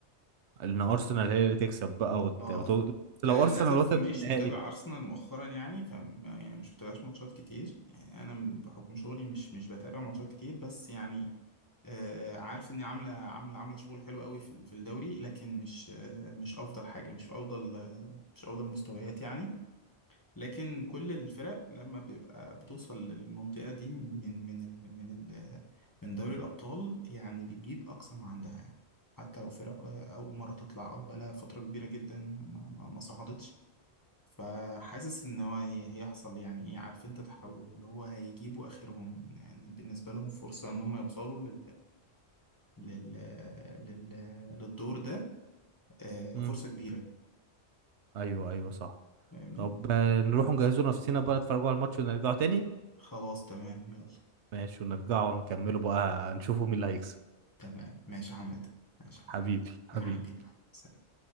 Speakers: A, on the right; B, on the left.
A: ان ارسنال هي اللي تكسب بقى وت...
B: اه
A: وت- لو
B: انا
A: ارسنال
B: للاسف
A: وصلت
B: مش
A: للنهائي
B: متابع ارسنال مؤخرا يعني ف يعني مش متابعش ماتشات كتير يعني انا بحكم شغلي مش مش بتابع ماتشات كتير بس يعني آه عارف اني عامله عامله عامله شغل حلو قوي في ال- في الدوري لكن مش آه مش افضل حاجه مش في افضل آه مش افضل مستويات يعني لكن كل الفرق لما بيبقى بتوصل للمنطقة دي من من ال من ال من دوري الأبطال يعني بتجيب أقصى ما عندها يعني حتى لو فرق آه، أول مرة تطلع أو بقالها فترة كبيرة جدا ما, ما, ما صعدتش فحاسس إن هو هي- هيحصل يعني إيه عارف أنت تحول اللي هو هيجيبوا آخرهم يعني بالنسبة لهم فرصة إن هم يوصلوا لل لل لل للدور ده آه، فرصة
A: امم
B: كبيرة
A: ايوه ايوه صح
B: فاهمني
A: طب آه، نروح نجهزوا نفسنا بقى نتفرجوا على الماتش ونرجعوا تاني
B: خلاص تمام يلا
A: ماشي ونرجعوا نكملوا بقى نشوفوا مين اللي هيكسب
B: تمام ماشي يا حماد ماشي يا حماد
A: حبيبي حبيبي
B: يا حبيبي سلام